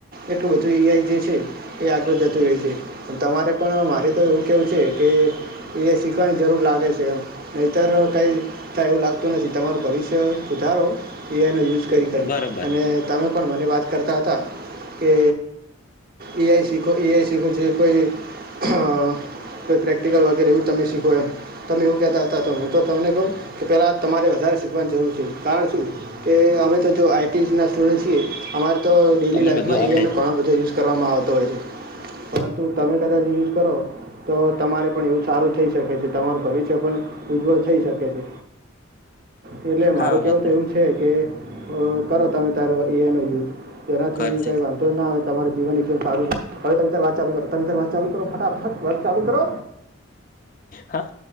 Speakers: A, on the right; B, on the left.
A: એટલું બધું એ‌ આઈ જે છે એ આગળ જતું રહી છે તમારે પણ મારે તો એવું કેવું છે કે એ શીખવાની જરૂર લાગે છે એમ નહીતર કઈ થાય એવું લાગતું નથી તમારું ભવિષ્ય સુધારો એ એ આઇ નો યુઝ કરી કરી
B: બરોબર
A: અને તમે પણ મને વાત કરતા હતાં કે એ આઈ શીખો એ આઈ શીખવું જોઈએ કોઈ અ કોઈ પ્રેક્ટિકલ વગેરે એવું તમે શીખો એમ. તમે એવું કહેતા હતાં તો હું તો તમને કહું કે પેહલા તમારે વધારે શીખવાની જરૂર છે કારણ શું કે અમે તો જો આઈ ટીઝના સ્ટુડન્ટ છીએ અમારે તો ડેયલી
B: તમને
A: લાઈફમાં
B: બધું આવડે
A: એ આઈનો
B: જ
A: ઘણાો બધો યુઝ કરવામાં આવતો હોય છે પરંતુ તમે કદાચ યુઝ કરો. તો તમારે પણ એવું સારું થઈ શકે છે તમારું ભવિષ્ય પણ ઉજ્જવળ થઈ શકે છે. એટલે મારું
B: હા
A: કેવું
B: વાત
A: તો એવું છે કે કરો તમે તારે એ આઇનો યુઝ. એનાથી
B: કરશે
A: કંઈ વાં ધો ના આવે તમારું જીવન એકદમ સારું રે હવે તમાર વાત ચાલુ કરો તમે વાત ચાલુ કરો ફટાફટ વાત ચાલુ કરો.
B: હા.